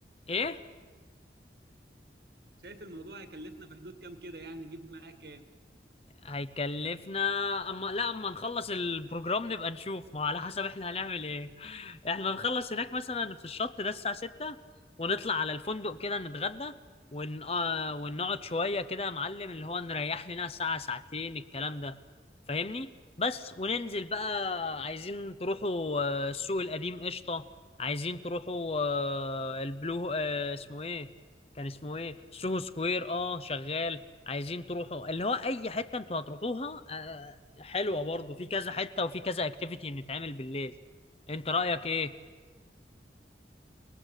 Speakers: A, on the left; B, on the right.
A: ايه
B: شايف الموضوع هيكلفنا في حدود كام كده يعني نجيب معاه كام؟
A: هيكلفنا اما لا اما نخلص البروجرام نبقى نشوف ما على حسب احنا هنعمل ايه احنا نخلص هناك مثلا في الشط ده الساعة 6 ونطلع على الفندق كده نتغدى ون... آه، ونقعد شوية كده يا معلم اللي هو نريح لنا ساعة ساعتين الكلام ده فاهمني بس وننزل بقى عايزين تروحوا آه، السوق القديم قشطة عايزين تروحوا آه، البلو آه، اسمه ايه كان اسمه ايه سوهو سكوير اه شغال عايزين تروحوا اللي هو اي حته انتوا هتروحوها آه، حلوه برضو في كذا حته وفي كذا اكتيفيتي نتعمل بالليل انت رايك ايه